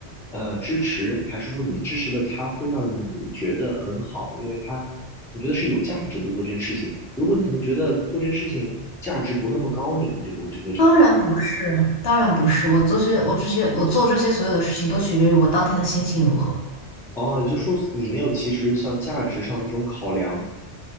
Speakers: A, in the centre; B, on the left.
A: 呃支持，还是说你支持了他会让你觉得很好，因为他你觉得是有价值的做这件事情。如果你可能觉得做这件事情价值不那么高，你可能就不会去做这样。
B: 当然不是，当然不是，我这些，我这些，我做这些所有的事情都取决于我当天的心情如何，
A: 哦，也就是说你没有其实像价值上的这种考量。